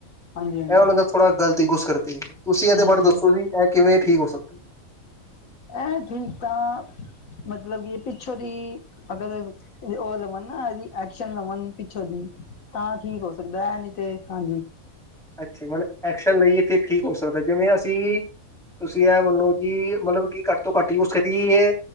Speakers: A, on the left (about 70°); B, in the centre.
A: ਹਾਂਜੀ ਹਾਂਜੀ
B: ਇਹ ਓਹਨਾਂ ਦਾ ਥੋੜਾ ਗਲਤ। ਤੇ ਉਸ ਕਰਕੇ, ਤੁਸੀਂ ਇਹਦੇ
A: ਹਮ
B: ਬਾਰੇ ਦੱਸੋ ਜੀ ਇਹ ਕਿਵੇਂ ਠੀਕ ਹੋ ਸਕਦੈ।
A: ਏਹ ਤਰੀਕਾ, <unintelligible> ਮਤਲਬ ਬੀ ਪਿੱਛੋਂ ਦੀ। ਅਗਰ, ਉਹ ਲਵਨ ਨਾ, ਇਹਦੀ ਐਕਸ਼ਨ ਲਵਨ ਪਿੱਛੋਂ ਦੀ। ਆ ਕੀ ਹੋ ਸਕਦੈ, ਨਹੀਂ ਤੇ, ਹਾਂਜੀ।
B: ਇੱਥੇ ਪਰ, ਐਕਸ਼ਨ ਲਈਏ ਤੇ ਠੀਕ ਹੋ ਸਕਦੈ ਜਿਵੇਂ ਅਸੀਂ। ਤੁਸੀਂ ਇਹ ਮੰਨੋ ਜੀ, ਮਤਲਬ ਕੀ <unintelligible> ਤੂੰ ਘੱਟ ਈ ਯੁਜ਼ਡ ਕਰਦੀ ਏ,